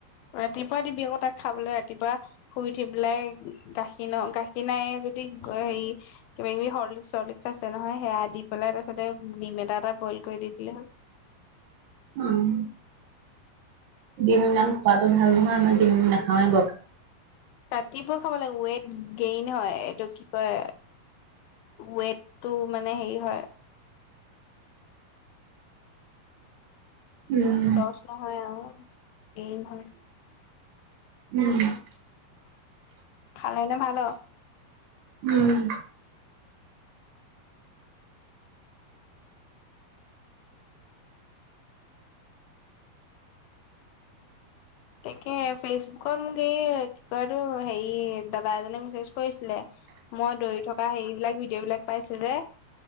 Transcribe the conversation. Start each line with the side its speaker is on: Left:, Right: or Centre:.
Left: ৰাতিপুৱা দিবি আকৌ তাক খাবলে ৰাতিপুৱা শুই উঠি পেলাই। গাখীৰ ন, গাখীৰ নায়ে যদি <unintelligible> হেৰি কিবা -কিবি সৰ্লিক্স -চৰ্লিক্স আছে নহয় সেয়া দি পেলাই তাৰপিছতে ডিম এটা -এটা বইল কৰি দি দিলে হ'ল।
Right: উম, ডিম ইমান খোৱাটো ভাল নহয় আমাৰ ডিম নাখাওৱে বৰকে।
Left: ৰাতিপুৱা খাব লাগিব ৱেইট গেইন হয় এইটো কি কয় ৱেটটো মানে হেই হয়।
Right: উম,
Left: দছ নহয় আওঁ। এই হয়।
Right: উম,
Left: খালে নে ভাল?
Right: উম,
Left: তাকে ফেচবুক মোক এ কি কয় এইটো সেই দাদা এজনে মেচেজ কৰিছিলে মই দৌৰি থকা হেইবিলাক ভিডিঅ' বিলাক পাইছে যে